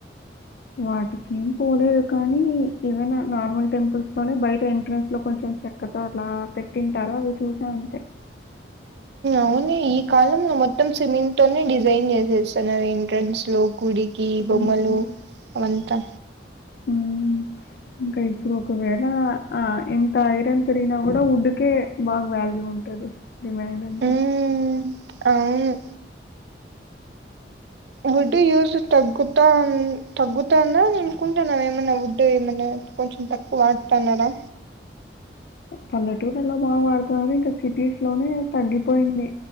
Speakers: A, on the left; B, on the right.
A: వాటికి ఏం పోలేదు కానీ, ఏవైనా నార్మల్ టెంపుల్స్ లోనే బయట ఎంట్రెన్స్ లో కొంచెం చెక్క ఏట్లో అట్లా పెట్టింటారు అవి చూసే ఉంటే. <inaudible>
B: అవునే, ఈ కాలంలో మొత్తం సిమెంట్ తోనే డిజైన్ చేసేస్తున్నారు ఎంట్రన్స్ లో గుడి. కి
A: హ్మ్.
B: బొమ్మలు అవంతా
A: హ్మ్. ఇంకా ఇప్పుడు ఒకవేళ ఎంత ఐరన్ పెరిగినా కూడా ఉడ్ కే బాగా వాల్యూ ఉంటుంది. నీ వయసెంత?
B: ఉమ్ అవును. ఉడ్ యూస్ తగ్గు
A: <inaudible>
B: తగ్గుతోందా అనుకుంటున్నా ఏమన్నా ఉడ్ ఏమన్నా కొంచెం తక్కువ వాడుతాన్నారా?
A: పల్లెటూర్లలో బాగా వాడుతున్నారు ఇంకా సిటీస్ లోనే తగ్గిపోయింది.